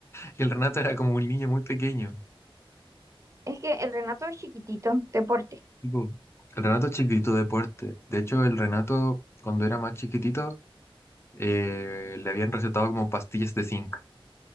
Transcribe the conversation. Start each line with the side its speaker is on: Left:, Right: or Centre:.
Left: que el Renato era como un niño muy pequeño.
Right: Es que el Renato es chiquitito, deporte.
Left: Tipo, El Renato es chiquitito de porte. De hecho, el Renato, cuando era más chiquitito, eh, le habían recetado como pastillas de zinc,